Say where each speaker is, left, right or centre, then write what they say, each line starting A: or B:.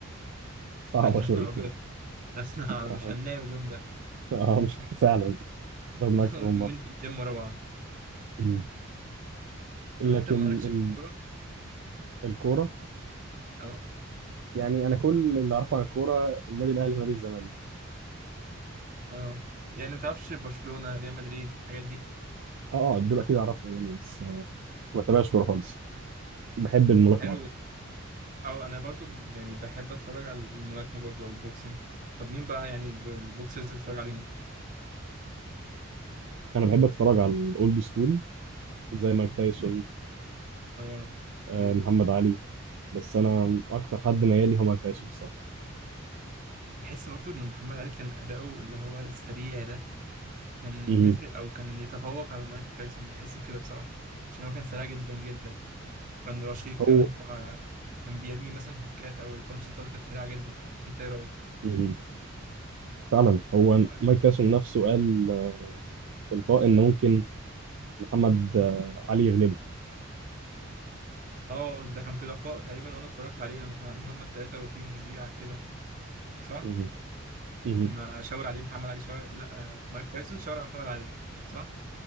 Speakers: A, on the right; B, on the right.
A: صعبة
B: <laughs> يا نهار
A: شويتين
B: ابيض بس انا مش
A: أه
B: هننام اليوم ده
A: أه مش <laughs> فعلا زود معاك
B: هنقعد
A: أكتر من
B: يومين
A: مرة
B: في الجيم ورا بعض
A: مم. لكن
B: طب انت مالكش
A: ال...
B: في الكوره؟
A: الكورة
B: اه
A: يعني أنا كل اللي أعرفه عن الكورة النادي الأهلي ونادي الزمالك
B: اه يعني ما بتعرفش برشلونه ريال مدريد الحاجات دي
A: اه اه دول اكيد اعرفهم يعني بس آه، ما بتابعش كوره
B: اه
A: خالص بحب الملاكمه
B: طب حلو
A: اكتر
B: اه انا برضو يعني بحب اتفرج على الملاكمه برضو او البوكسنج طب مين بقى يعني الب- البوكسرز اللي بتتفرج عليهم؟
A: انا بحب اتفرج على الاولد سكول زي مايك تايسون
B: اه
A: آه
B: اكيد
A: محمد علي بس انا اكتر حد ميالي هو مايك تايسون الصراحه
B: بحس برضو ان محمد علي كان اداؤه اللي هو السريع ده كان
A: مهم.
B: يفرق او كان يتفوق على مايك تايسون بحس بكده بصراحه عشان هو كان سريع جدا جدا كان رشيق
A: هو
B: كمان فكان بيرمي مثلا هوكات او البانشز بتاعته كانت سريعه جدا انت ايه رايك؟
A: مهم. فعلا هو
B: <clears throat> تعرف
A: مايك تايسون نفسه قال آه، في لقاء ان ممكن محمد آه، علي يغلبه
B: اه ده كان في لقاء تقريبا وانا اتفرجت عليه لما كانوا قاعدين هما التلاته وفي مذيع كده صح؟
A: مهم. مهم.
B: لما شاور عليه محمد علي شاور لا آه، مايك تايسون شاور على محمد علي صح؟